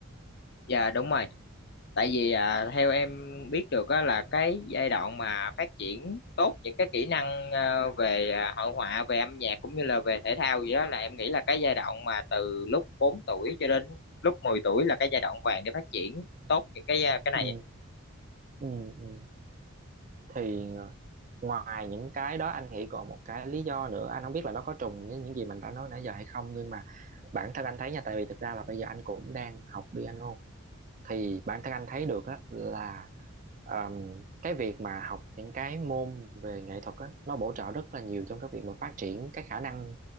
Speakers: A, on the left (about 50°); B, on the right (about 35°).
A: dạ đúng rồi tại vì à, theo em biết được á, là cái giai đoạn mà phát triển tốt những cái kỹ năng ờ, về à, hội họa về âm nhạc cũng như là về thể thao gì đó là em nghĩ là cái giai đoạn mà từ lúc 4 tuổi cho đến lúc 10 tuổi là cái giai đoạn vàng để phát triển tốt những cái à, cái này
B: ừ, ừ, ừ. thì ờ, ngoài những cái đó anh nghĩ còn một cái lý do nữa anh không biết là nó có trùng với những gì mình đã nói nãy giờ hay không nhưng mà bản thân anh thấy nha tại vì thực ra là bây giờ anh cũng đang học piano thì bản thân anh thấy được á, là um, cái việc mà học những cái môn về nghệ thuật á, nó bổ trợ rất là nhiều trong cái việc mà phát triển cái khả năng